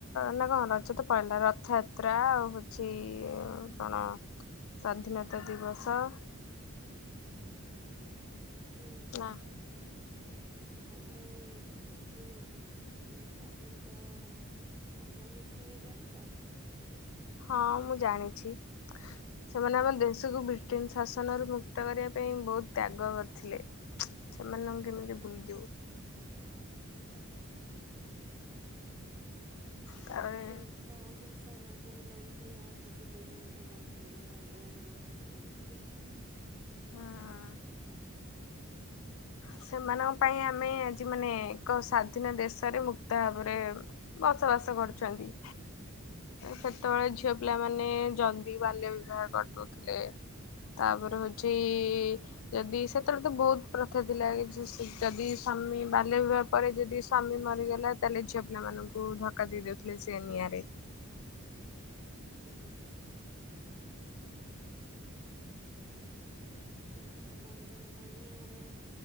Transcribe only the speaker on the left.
ନା କଣ ରଜ ତ ପଳେଇିଲା, ରଥଯାତ୍ରା ଆଉ ହଉଛି, କଣ ସ୍ଵାଧୀନତା ଦିବସ?
ନା
ହଁ, ମୁଁ ଜାଣିଛି। ସେମାନେ ଆମ ଦେଶକୁ ବ୍ରିଟେନ ଶାସନରୁ ମୁକ୍ତ କରିବା ପାଇଁ ବହୁତ ତ୍ୟାଗ କରିଥିଲେ ସେମାନଙ୍କୁ କେମିତି ଭୁଲିଯିବୁ।
ତାପରେ
ହଁ, ସେମାନଙ୍କ ପାଇଁ ଆମେ ଆଜି ମାନେ ଏକ ସ୍ଵାଧୀନ ଦେଶରେ ମୁକ୍ତ ଭାବରେ ବସବାସ କରୁଛନ୍ତି। ସେତେବେଳେ ଝିଅପିଲା ମାନେ ଜଲ୍ଦି ବାଲ୍ୟ ବିବାହ କରିଦଉଥିଲେ ତାପରେ ହଉଛି ଯଦି ସେତେବେଳେତ ବହୁତ ପ୍ର ଥା ଥିଲା କି ଯଦି ସ୍ୱାମୀ ବାଲ୍ୟବିବାହ ପରେ ଯଦି ସ୍ୱାମୀ ମରିଗଲା ତାହେଲେ ଝିଅ ପିଲାମାନଙ୍କୁ ଧ ଧକା ଦେଇଦେଉଥିଲେ ସେନିଆଁରେ